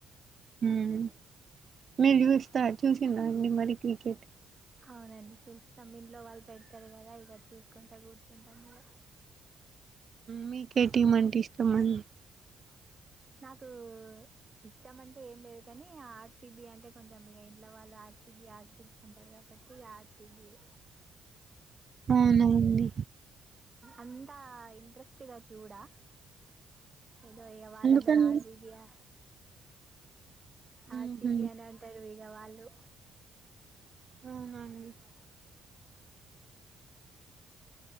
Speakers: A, on the right (about 45°); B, on the right (about 25°).
A: మ్మ్. మీరు చూస్తా చూసిన్రా అండి మరి క్రికెట్
B: అవునండి చూస్తాం ఇంట్లో వాళ్ళు పెడతారు కదా ఇగ చూసుకుంటా కూర్చుంటాం మీద
A: మీకే టీం అంటే ఇష్టమండి
B: నాకు ఇష్టం అంటూ ఏం లేదు కానీ ఆర్సిబి అంటే కొంచెం ఇగ ఇంట్లో వాళ్ళు ఆర్సిబి ఆర్సిబి అంటారు కాబ పట్టిగా ఆర్సిబియే
A: అవునండి
B: అంతా ఇంట్రెస్ట్గా చూడా ఏదో వాళ్ళ
A: ఎందుకండి
B: అందర ఆర్సీబీ యా ఆర్సిబి
A: మ్హూ.
B: అని అంటారు ఇగ వాళ్ళు
A: అవునండి
B: ఉ